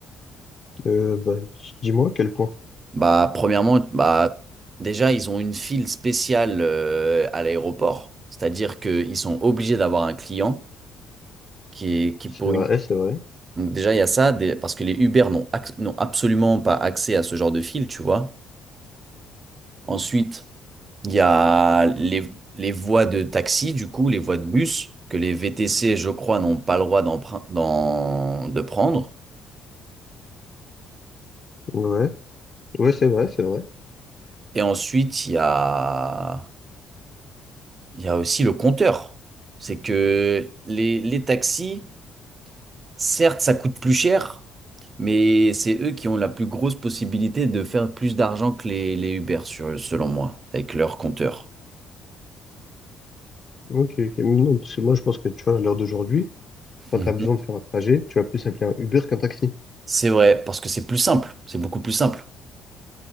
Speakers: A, on the left; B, on the right.
A: Euh, bah, dis- dis-moi à quel point.
B: Bah, premièrement, bah, déjà, ils ont une file spéciale euh, à l'aéroport, c'est-à-dire qu'ils sont obligés d'avoir un client qui est qui
A: C'est
B: pour
A: vrai,
B: une.
A: c'est vrai.
B: Donc déjà, il y a ça, des- parce que les Uber n'ont ac- n'ont absolument pas accès à ce genre de file, tu vois. Ensuite, il y a les, les voies de taxi, du coup, les voies de bus, que les VTC, je crois, n'ont pas le droit d'en pre- d'en- de prendre.
A: Ouais, ouais, c'est vrai, c'est vrai.
B: Et ensuite, il y a, il y a aussi le compteur. C'est que les, les taxis, certes, ça coûte plus cher, mais c'est eux qui ont la plus grosse possibilité de faire plus d'argent que les, les Uber, sur- selon moi, avec leur compteur.
A: Ok, ok. Non, parce que moi, je pense que tu vois, à l'heure d'aujourd'hui, quand
B: Mhm.
A: tu as besoin de faire un trajet, tu vas plus appeler un Uber qu'un taxi.
B: C'est vrai, parce que c'est plus simple. C'est beaucoup plus simple.